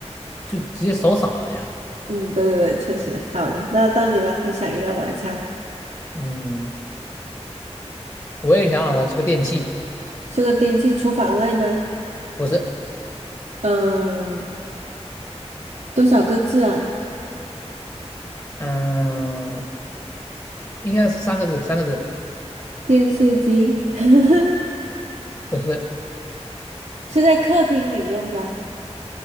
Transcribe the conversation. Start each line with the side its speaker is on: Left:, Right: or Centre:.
Left: 就直接手少了呀。
Right: 嗯，对对对，确实。好的，那到你了，你想一个，我来猜，
Left: 嗯，我也想好了，是个电器，
Right: 是个电器，厨房类吗？
Left: 不是，
Right: 嗯，多少个字啊？
Left: 嗯，应该是三个字，三个字，
Right: 电视机 <laughs>
Left: 不是。
Right: 是在客厅里用吗？